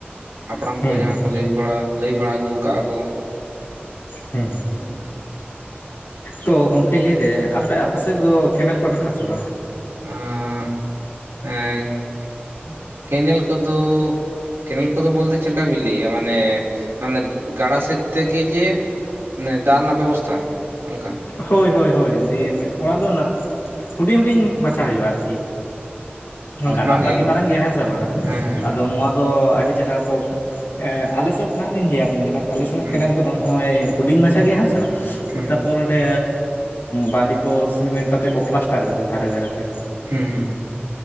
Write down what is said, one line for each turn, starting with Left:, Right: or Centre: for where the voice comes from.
Right: ᱦᱟᱯᱲᱟᱢ
Left: ᱦᱩᱸ
Right: ᱠᱚ ᱡᱟᱦᱟᱸ
Left: ᱦᱩᱸ
Right: ᱠᱚ ᱞᱟᱹᱭ ᱵᱟᱲᱟ ᱞᱟᱹᱭ ᱵᱟᱲᱟ ᱟᱹᱜᱩ ᱠᱟᱜᱼᱟ ᱠᱚ
Left: ᱦᱮᱸ
Right: <inaudible>
Left: ᱛᱚ ᱜᱚᱢᱠᱮᱧ ᱞᱟᱹᱭᱮᱴᱫᱟ ᱟᱯᱮ ᱟᱯᱮ ᱥᱮᱫ ᱫᱚ ᱠᱮᱱᱮᱞ ᱠᱚᱣᱟᱜ ᱢᱮᱱᱟᱜᱼᱟ ᱥᱮ ᱵᱟᱝᱟ
Right: <unintelligible> ᱠᱮᱱᱮᱞ ᱠᱚᱫᱚ ᱠᱮᱱᱮᱞ ᱠᱚᱫᱚ ᱵᱚᱞᱛᱮ ᱪᱮᱫ ᱞᱮᱠᱟ ᱵᱤᱞᱤᱭᱟ ᱢᱟᱱᱮ ᱢᱟᱱᱮ ᱜᱟᱰᱟ ᱥᱮᱫ ᱛᱮᱜᱮ ᱡᱮ ᱱᱮ ᱫᱟᱜ ᱨᱮᱱᱟᱜ ᱵᱮᱵᱚᱥᱛᱷᱟ ᱚᱱᱠᱟ
Left: ᱦᱳᱭ ᱦᱳᱭ ᱦᱳᱭ ᱫᱤᱭᱮᱢ ᱚᱱᱟ ᱫᱚ ᱦᱩᱰᱤᱧ ᱦᱩᱰᱤᱧ ᱢᱟᱪᱷᱟ ᱦᱩᱭᱩᱜᱼᱟ ᱟᱨᱠᱤ ᱜᱟᱰᱟ
Right: ᱵᱟᱝ
Left: ᱛᱚ
Right: ᱜᱮ
Left: ᱟᱹᱰᱤ ᱢᱟᱨᱟᱝ ᱜᱮᱭᱟ ᱦᱮᱸ ᱥᱮ ᱵᱟᱝ-ᱟ
Right: ᱦᱮᱸ ᱦᱮᱸ
Left: ᱟᱫᱚ ᱱᱚᱣᱟ ᱫᱚ ᱟᱹᱰᱤ ᱪᱮᱨᱦᱨᱟ <unintelligible> ᱟᱞᱮᱥᱮᱫ ᱦᱟᱜ ᱞᱤᱧ ᱞᱟᱹᱭᱟᱵᱤᱱ ᱠᱟᱱᱟ ᱟᱞᱮ ᱥᱮᱱᱟᱜ
Right: ᱦᱩᱸ
Left: ᱠᱮᱱᱮᱞ ᱠᱚᱫᱚ ᱱᱚᱜᱼᱚᱭ ᱦᱩᱰᱤᱧ ᱢᱟᱪᱷᱟ ᱜᱮ ᱦᱮᱸ ᱥᱮ
Right: ᱦᱩᱸ
Left: ᱛᱟᱯᱚᱨ ᱚᱸᱰᱮ ᱵᱟᱞᱤ ᱠᱚ ᱥᱤᱢᱮᱱᱴ ᱟᱛᱮᱫ ᱠᱚ ᱯᱞᱟᱥᱴᱟᱨ ᱠᱟᱫᱟ ᱫᱷᱟᱨᱮ ᱫᱷᱟᱨᱮ ᱛᱮ
Right: ᱦᱩᱸᱻ